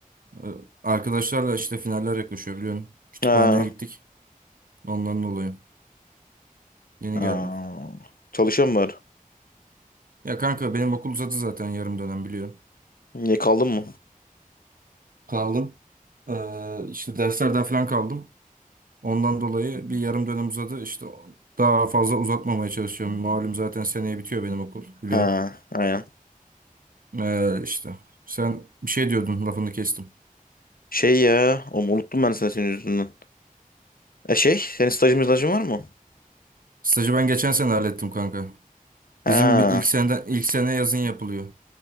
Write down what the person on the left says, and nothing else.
ha,
ha.
Çalışıyor mu var?
Niye kaldın mı?
Ha, aynen.
Şey ya, oğlum unuttum ben seni senin yüzünden. E şey, senin stajın stajın var mı?
Ha,